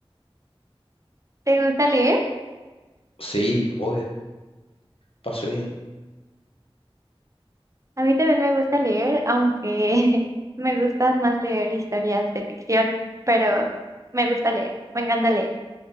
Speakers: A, on the right; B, on the left.
A: ¿Te gusta leer?
B: Sí, obvio, paso leyendo.
A: A mí también me gusta leer, aunque <laughs> me gusta más leer historias de ficción, pero me gusta leer, me encanta leer.